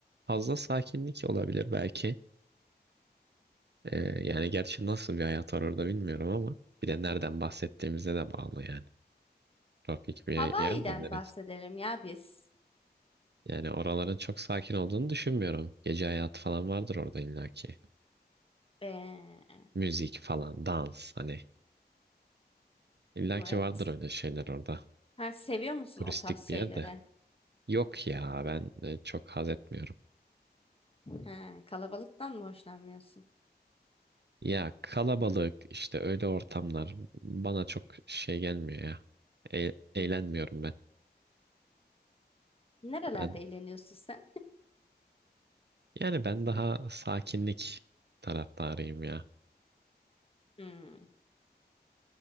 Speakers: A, on the right (about 75°); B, on the left (about 35°).
A: fazla sakinlik olabilir belki. E, yani gerçi nasıl bir hayat var orada bilmiyorum ama bir de nereden bahsettiğimize de bağlı yani. Tropik bir
B: Hawaii'den
A: yer de neresi?
B: bahsedelim ya biz.
A: Yani oraların çok sakin olduğunu düşünmüyorum. Gece hayatı falan vardır orada illaki.
B: Ee,
A: Müzik falan, dans hani. İlla
B: evet.
A: ki vardır öyle şeyler orada.
B: Ha, seviyor musun
A: Turistik
B: o tarz şeyleri?
A: bir yerde. Yok ya ben e, çok haz etmiyorum.
B: Ha, kalabalıktan mı hoşlanmıyorsun?
A: Ya kalabalık işte öyle ortamlar bana çok şey gelmiyor ya. E- eğlenmiyorum
B: Hmm.
A: ben.
B: Nerelerde
A: Ben
B: eğleniyorsun sen?
A: yani ben daha sakinlik taraftarıyım ya.
B: Hmm.